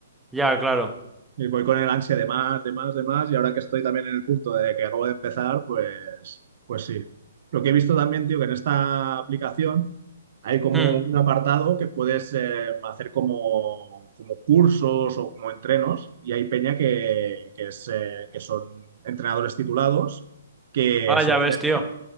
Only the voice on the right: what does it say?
Y voy con el ansia de más, de más, de más, y ahora que estoy también en el punto de que acabo de empezar, pues, pues sí. Lo que he visto también, tío, que en esta aplicación hay como
un apartado que puedes eh, hacer como, como cursos o como entrenos, y hay peña que, que, es, eh, que son entrenadores titulados que
se
ofrecen.